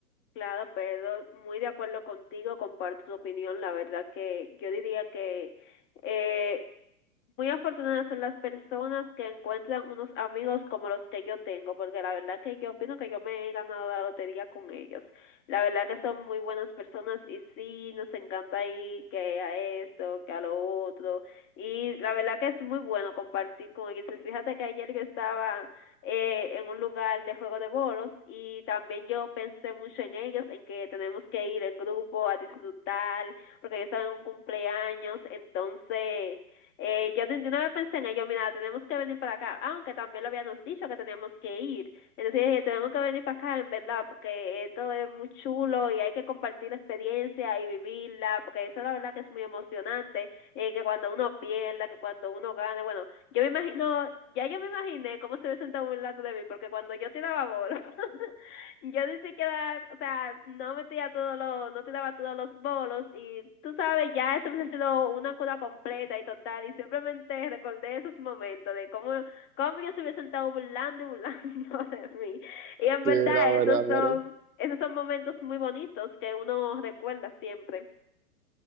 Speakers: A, on the left (about 25°); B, on the right (about 85°).
A: claro, pero muy de acuerdo contigo, comparto tu opinión. La verdad que yo diría que eh, Muy afortunadas son las personas que encuentran unos amigos como los que yo tengo, porque la verdad que yo opino que yo me he ganado la lotería con ellos. La verdad que son muy buenas personas y sí, nos encanta ir que a esto, que a lo otro. Y la verdad que es muy bueno compartir con ellos. Pues Fíjate que ayer yo estaba eh, en un lugar de juego de bolos y también yo pensé mucho en ellos, en que tenemos que ir en grupo a disfrutar, porque yo estaba en un cumpleaños, entonces eh, yo de una vez pensé en ello, mira, tenemos que venir para acá, aunque también lo habíamos dicho que teníamos que ir. Entonces dije, tenemos que venir para acá, en verdad, porque esto es muy chulo y hay que compartir la experiencia y vivirla, porque eso la verdad que es muy emocionante eh, que cuando uno pierda, que cuando uno gana, bueno, yo me imagino, ya yo me imaginé cómo se hubiesen estado burlando de mí, porque cuando yo tiraba bolos, <laughs> yo ni siquiera, o sea, no metía todos los, no tiraba todos los bolos, y tú sabes, ya eso hubiese sido una cura completa y total, y simplemente recordé esos momentos de cómo, cómo ellos se hubiesen estado burlando y burlando <laughs> de mí, y en verdad
B: Sí, la verdad,
A: esos son,
B: la verdad
A: esos son momentos muy bonitos que uno recuerda siempre.